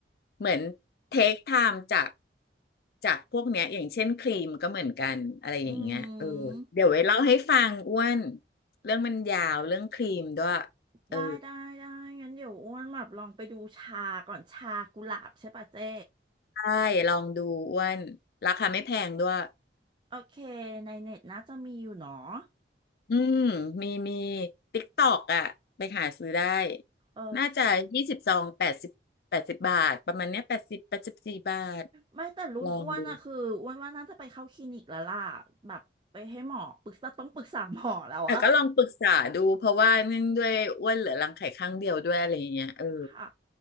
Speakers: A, on the left; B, on the right.
A: เหมือนเทคไทม์จากจากพวกเนี้ยอย่างเช่นครีมก็เหมือนกันอะไรอย่างเงี้ยเออเดี๋ยวไว้เล่าให้ฟังอ้วน
B: อืม
A: เรื่องมันยาวเรื่องครีมด้วยเออ
B: ได้ได้ได้งั้นเดี๋ยวอ้วนแบบลองไปดูชาก่อนชากุหลาบใช่ป่ะเจ๊
A: ได้ลองดูอ้วนราคาไม่แพงด้วย
B: โอเคในเน็ตน่าจะมีอยู่เนาะ
A: อืมมีมีติ๊กตอกอ่ะไปหาซื้อได้
B: โอเค
A: น่าจะยี่สิบซองแปดสิบแปดสิบบาทประมาณเนี้ยแปดสิบแปดสิบสี่บาท
B: ไม่แต่รุ่นอ้วนอะคืออ้วนว่าน่าจะไปเข้าคลินิกแล้วล่ะ
A: ลองดู
B: แบบไปให้หมอปรึกษาต้องปรึกษาหมอแล้วอะ
A: แต่ก็ลองปรึกษาดูเพราะว่าเนื่องด้วยอ้วนเหลือรังไข่ข้างเดียวด้วยอะไรอย่างเงี้ยเออ
B: ค่ะ